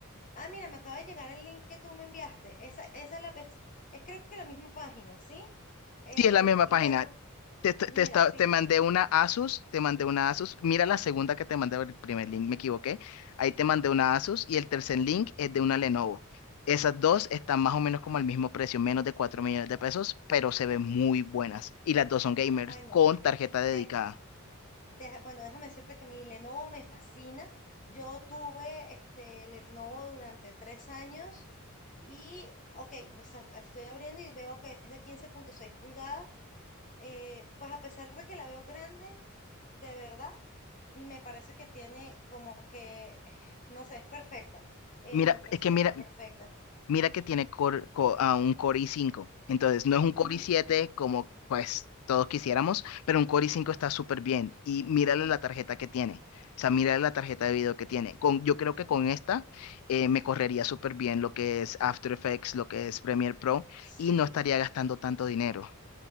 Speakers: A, on the left; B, on the left.
A: ah, mira, me acaba de llegar el link que tú me enviaste. Esa, esa es la, es es creo que la misma página, ¿sí? Eh,
B: Sí, es la misma
A: y
B: página.
A: bueno,
B: Te, te,
A: Mira,
B: te esta-
A: fíjate.
B: te mandé una Asus, te mandé una Asus. Mira la segunda que te mandé, el primer link, me equivoqué. Ahí te mandé una Asus y el tercer
A: ¿no?
B: link es de una Lenovo. Esas dos están más o menos como al mismo precio, menos de 4 millones de pesos, pero se ven muy buenas. Y las dos son gamers
A: Bueno,
B: con tarjeta dedicada.
A: deja- deja- bueno, déjame decirte que mi Lenovo me fascina. Yo tuve este Lenovo durante tres años y, ok, esa- estoy abriendo y veo que es de quince punto seis pulgadas. eh, pues a pesar de que la veo grande, de verdad, me parece que tiene como que, <laughs> no sé, es perfecta. eh,
B: Mira,
A: me parece
B: es que
A: súper
B: mira,
A: perfecta.
B: Mira que tiene core- co- ah, un Core i5. Entonces, no es un
A: Ujú,
B: Core i7 como pues todos quisiéramos, pero un Core i5 está súper bien. Y mírale
A: mm,
B: la tarjeta que tiene. O sea, mírale la tarjeta de video que tiene. Con, yo creo que con esta eh, me correría súper bien lo que es After Effects, lo que es Premiere Pro,
A: Sí.
B: y no estaría gastando tanto dinero.